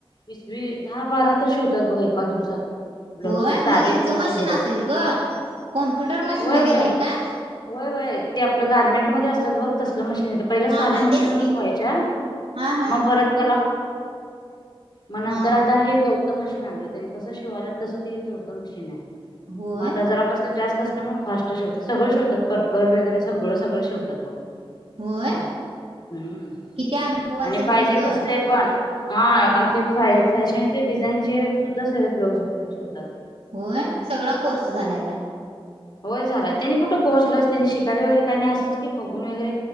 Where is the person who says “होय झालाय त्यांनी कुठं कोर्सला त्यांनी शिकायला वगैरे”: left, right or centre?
Left